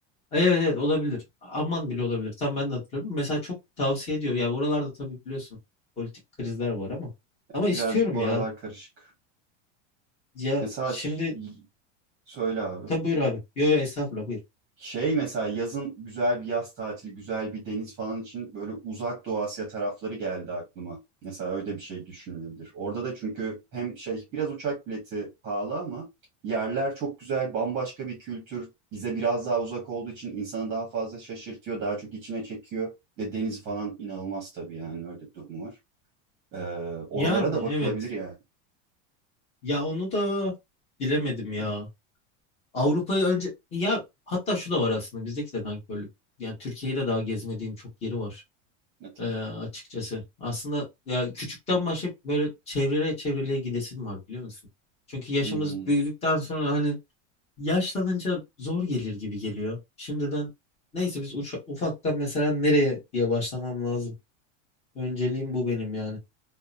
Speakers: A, on the left; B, on the right.
A: evet evet olabilir. Aman bile olabilir. Tam ben de hatırlamıyorum. Mesela çok tavsiye ediyor. Ya oralarda tabii biliyorsun politik krizler var ama
B: Ya
A: ama istiyorum
B: Birazcık bu
A: ya.
B: aralar karışık.
A: Ya
B: Mesela
A: şimdi
B: ş- söyle abi.
A: tabii buyur abi. Yo yo estağfurullah buyur.
B: Şey mesela yazın güzel bir yaz tatili, güzel bir deniz falan için böyle uzak Doğu Asya tarafları geldi aklıma. Mesela öyle bir şey düşünülebilir. Orada da çünkü hem şey biraz uçak bileti pahalı ama yerler çok güzel, bambaşka bir kültür. Bize biraz daha uzak olduğu için insanı daha fazla şaşırtıyor, daha çok içine çekiyor. Ve deniz falan inanılmaz tabii yani öyle bir durumu var. Ee, oralara
A: Yani
B: da bakılabilir
A: evet.
B: yani.
A: Ya onu da bilemedim ya. Avrupa'yı önce ya hatta şu da var aslında bizdeki de nankörlük. Yani Türkiye'de daha gezmediğim çok yeri var
B: Ya tabii.
A: e, açıkçası. Aslında ya küçükten başlayıp böyle çevreye çevreliğe gidesim var biliyor musun? Çünkü yaşımız
B: Hmm,
A: büyüdükten sonra hani yaşlanınca zor gelir gibi geliyor. Şimdiden neyse biz uça- ufaktan mesela nereye diye başlamam lazım. Önceliğim bu benim yani.